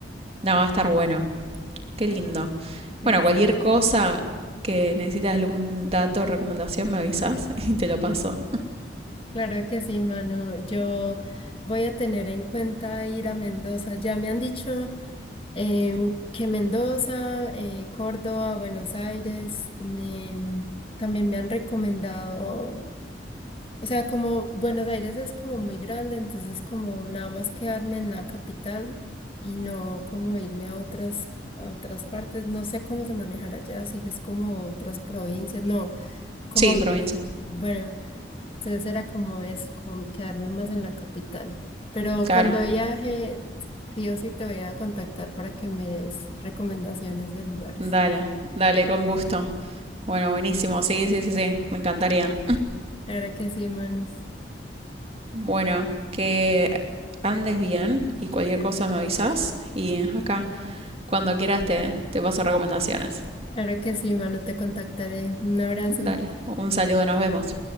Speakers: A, on the right; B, on the left.
A: no, va a estar bueno. Qué lindo.
B: de
A: Bueno, cualquier
B: sí.
A: cosa que necesitas algún dato recomendación, me avisas <laughs> y te lo paso.
B: Claro que sí, Manu. Yo voy a tener en cuenta ir a Mendoza. Ya me han dicho em, que Mendoza, eh, Córdoba, Buenos Aires, me, también me han recomendado, o sea, como Buenos Aires es como muy grande, entonces como nada más quedarme en la capital y no como irme a otras, a otras partes. No sé cómo se manejará allá, si es como otras provincias, no, como,
A: Sí, provincia.
B: bueno. Entonces era como eso, como quedarme más en la capital. Pero
A: Claro.
B: cuando viaje, sí o sí te voy a contactar para que me des recomendaciones de lugares.
A: Dale, dale, con gusto. Bueno, buenísimo. Sí, sí, sí, sí. Me encantaría.
B: Claro que sí, mano.
A: Bueno, que andes bien y cualquier cosa me avisas. Y acá, cuando quieras, te, te paso recomendaciones.
B: Claro que sí, mano, te contactaré. Un abrazo.
A: Dale, un saludo, nos vemos.